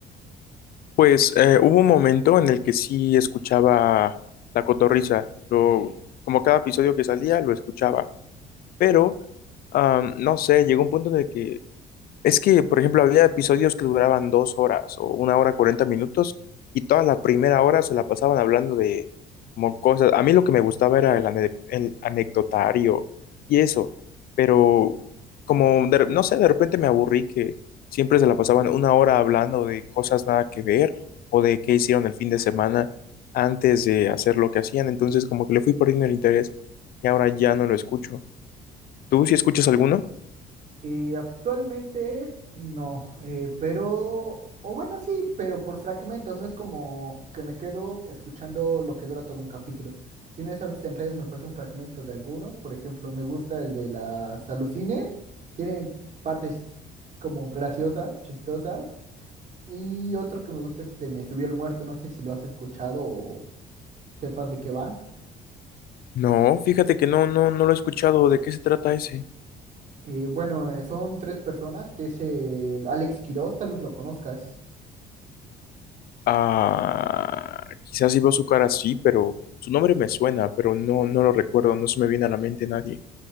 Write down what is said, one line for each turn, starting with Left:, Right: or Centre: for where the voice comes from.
Left: Pues eh, hubo un momento en el que sí escuchaba La Cotorrisa, lo, como cada episodio que salía lo escuchaba, pero am, no sé, llegó un punto en el que es que, por ejemplo, había episodios que duraban dos horas o una hora cuarenta minutos y toda la primera hora se la pasaban hablando de como cosas. A mí lo que me gustaba era el, ane- el anecdotario y eso, pero como, de re- no sé, de repente me aburrí que siempre se la pasaban una hora hablando de cosas nada que ver o de qué hicieron el fin de semana antes de hacer lo que hacían. Entonces, como que le fui perdiendo el interés y ahora ya no lo escucho. ¿Tú sí escuchas alguno?
Right: Eh, actualmente no, eh, pero, o bueno, sí, pero por fragmentos, no es como que me quedo escuchando lo que dura todo un capítulo, sino es a veces en redes me aparece un fragmento de algunos, por ejemplo, me gusta el de las alucines, tienen partes como graciosas, chistosas, y otro que me gusta es Se me subió el muerto, no sé si lo has escuchado o sepas de qué va.
Left: No, fíjate que no, no, no lo he escuchado. ¿De qué se trata ese?
Right: Eh, bueno, eh, son tres personas, que es el Alex Quiroz, tal vez lo conozcas.
Left: Ah, quizás si veo su cara sí, pero su nombre me suena, pero no, no lo recuerdo, no se me viene a la mente nadie.